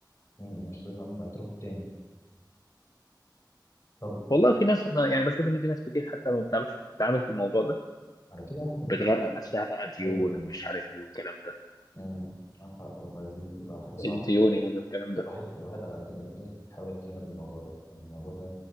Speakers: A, on the left (about 35°); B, on the left (about 55°).
A: م- عشان تقدر تتعامل مع الطرف التاني طب
B: والله في ناس انا يعني بشوف ان في ناس كتير حتى ما بتعرفش تتعامل في الموضوع ده
A: على كده يا احمد
B: بتغرق نفسها بقى ديون
A: ايوه
B: ومش عارف ايه والكلام ده
A: م- معاك حق والله دي بتبقى حاجه صعبه
B: الديون يعني والكلام ده
A: الواحد الواحد على قد ما يقدر يحاول يتجنب الموضوع ده الموضوع ده